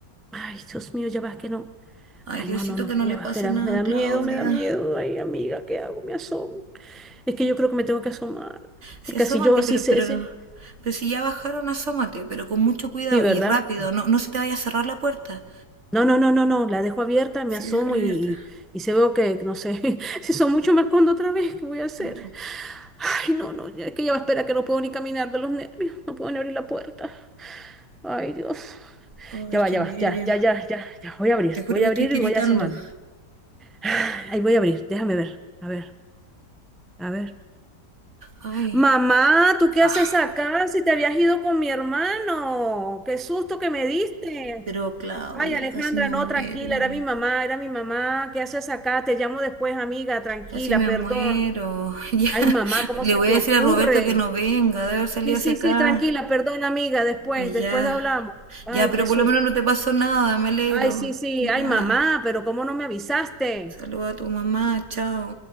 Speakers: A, in the centre; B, on the right.
A: Ay, Dios mío, ya va, que no.
B: Ay,
A: Ay,
B: Diosito,
A: no, no, no,
B: que
A: que
B: no le
A: ya va,
B: pase
A: espera,
B: nada
A: me da
B: a Claudia.
A: miedo, me da miedo. Ay, amiga, ¿qué hago? Me asomo. Es que yo creo que me tengo que asomar,
B: Sí,
A: porque
B: asómate,
A: así yo sí
B: pero,
A: sé,
B: pero,
A: sí,
B: pero si ya bajaron, asómate, pero con mucho cuidado
A: sí, ¿verdad?
B: y rápido, no, no se te vaya a cerrar la puerta.
A: No, no, no, no, no, la dejo abierta, me
B: Sí,
A: asomo
B: déjala abierta.
A: y, y, y se veo que, no sé, <laughs> si son mucho me escondo otra vez, ¿qué voy a hacer?
B: Ay,
A: Ay, no, no, ya- es que ya va, espera, que no puedo ni caminar de los nervios, no puedo ni abrir la puerta. Ay, Dios.
B: ay,
A: Ya va,
B: qué
A: ya
B: nervio.
A: va, ya, ya, ya, ya, ya. Voy a abrir,
B: Te juro
A: voy
B: que
A: a
B: estoy
A: abrir
B: tiritando.
A: y voy a asomarme. <sighs> Ahí voy a abrir, déjame ver, a ver, a ver.
B: Ay,
A: Mamá, ¿tú qué
B: ah,
A: haces acá? Si te habías ido con mi hermano. Qué susto que me diste.
B: pero Claudia,
A: Ay, Alejandra,
B: casi me
A: no,
B: muero.
A: tranquila, era mi mamá, era mi mamá. ¿Qué haces acá? Te llamo después, amiga, tranquila,
B: Casi me
A: perdón.
B: muero. <laughs> Ya.
A: Ay, mamá, ¿cómo
B: Le
A: se
B: voy
A: te
B: a decir
A: ocurre?
B: a Roberto que no venga, debe haber salido
A: Sí,
B: hacia
A: sí,
B: acá.
A: sí, tranquila, perdón, amiga, después,
B: Pues
A: después
B: ya.
A: hablamos. Ay,
B: Ya, pero
A: qué susto.
B: por lo menos no te pasó nada, me alegro.
A: Ay, sí, sí,
B: Ya.
A: ay, mamá, pero ¿cómo no me avisaste?
B: Saluda a tu mamá, chao.